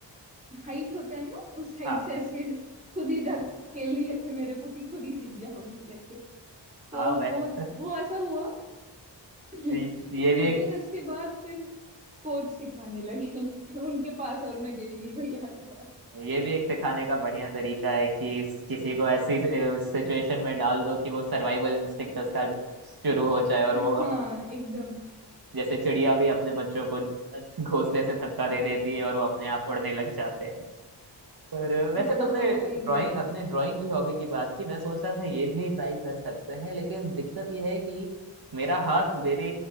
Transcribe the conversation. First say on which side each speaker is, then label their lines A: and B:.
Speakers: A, on the right; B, on the right.
A: हाइट होता है ना उस हाइट
B: हाँ
A: से ऐसे खुद ही धकेल दिए थे मेरे को कि खुद ही सीख जाओगी करके तो
B: हाँ वैसे
A: वो वो ऐसा हुआ <laughs>
B: ये भी
A: लेकिन
B: एक
A: उसके बाद फिर कोच सिखाने लगे <laughs> उनके पास और मैं गई नहीं भैया के पास
B: ये भी एक सिखाने का बढ़िया तरीका है कि किसी को ऐसी सिचुएशन में डाल दो कि वो सर्वाइवल इंस्टिंक्ट उसका शुरू हो जाए और
A: <laughs>
B: वो अप,
A: हाँ एकदम
B: जैसे चिड़िया भी अपने बच्चों को घोंसले से धक्का दे देती है और वो अपने आप उड़ने लग जाते हैं पर वैसे
A: हाँ
B: तुमने
A: हाँ हाँ, एकदम
B: ड्राइंग अपने ड्राइंग की हॉबी की बात की मैं सोच रहा था ये भी ट्राई कर सकते हैं लेकिन दिक्कत ये है कि मेरा हाथ मेरे